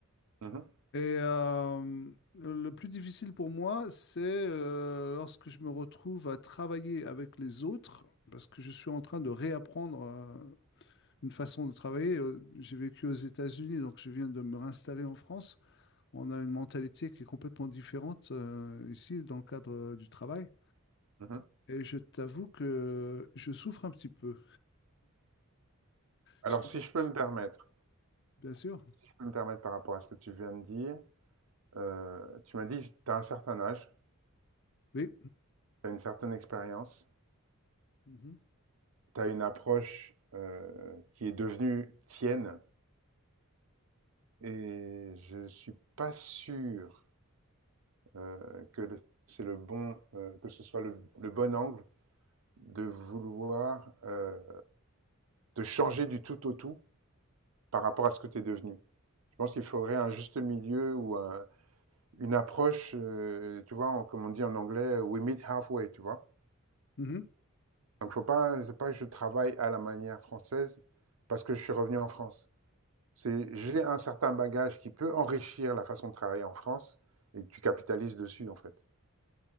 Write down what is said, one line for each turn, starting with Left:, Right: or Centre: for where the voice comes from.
Right: mhm,
Left: Et euh, le plus difficile pour moi, c'est euh, lorsque je me retrouve à travailler avec les autres, parce que je suis en train de réapprendre euh, une façon de travailler. Euh, J'ai vécu aux États-Unis, donc je viens de me réinstaller en France. On a une mentalité qui est complètement différente euh, ici dans le cadre euh, du travail.
Right: mhm.
Left: Et je t'avoue que je souffre un petit peu.
Right: Alors,
Left: Je-
Right: si je peux me permettre,
Left: Bien sûr.
Right: si je peux me permettre par rapport à ce que tu viens de dire, euh, tu m'as dit, tu as un certain âge,
Left: Oui.
Right: tu as une certaine expérience.
Left: Mhm.
Right: tu as une approche euh, qui est devenue tienne et je suis pas sûr euh, que le- c'est le bon, euh, que ce soit le, le bon angle de vouloir euh, te changer du tout au tout par rapport à ce que tu es devenu. Je pense qu'il faudrait un juste milieu ou un- une approche, euh, tu vois, en- comme on dit en anglais, euh, we meet halfway, tu vois.
Left: Mhm.
Right: Donc faut pas, c'est pas que je travaille à la manière française parce que je suis revenu en France. C'est j'ai un certain bagage qui peut enrichir la façon de travailler en France et tu capitalises dessus en fait.